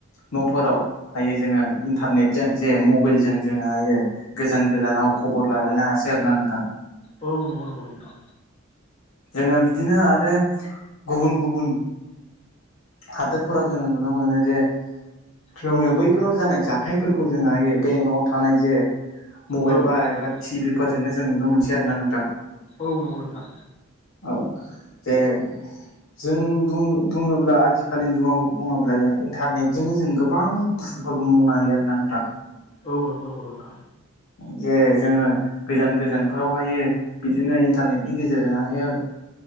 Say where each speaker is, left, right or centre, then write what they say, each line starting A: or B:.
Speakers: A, on the left (about 80°); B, on the left (about 30°).
A: न'फोराव हायो जोङो इन्टारनेटजों जे मबाइलजों जोङो हायो गोजान गोजानाव खबर लालायनो हासै आरो ना नोंथां
B: औ नंगौ नंगौ नोंथां
A: जोङो बिदिनो आरो गुबुन गुबुन हादोरफोराव जोङो नुनो मोनो जे जोङो
B: औ
A: बैफोराव जानाय जा थायफोरखौ जों हायो बे न'आव थानाय जे मबाइल
B: औ
A: बा
B: नंगौ
A: एबा
B: नोंथां
A: टिभि फोरजोंनो जों नुनो मोनसिग ना नोंथां
B: औ नंगौ नोंथां
A: औ जे जों बुङोब्ला आजिखालिनि जुगाव बुङोब्ला जों इन्टारनेटजोंनो जों गोबां बुस्थुफोरबो मावनो हायो आरोना नोंथां
B: औ नंगौ नंगौ नोंथां
A: जे जोङो गोजान गोजानफोरावहायो बिदिनो इन्टारनेटनि गेजेरजोंहायो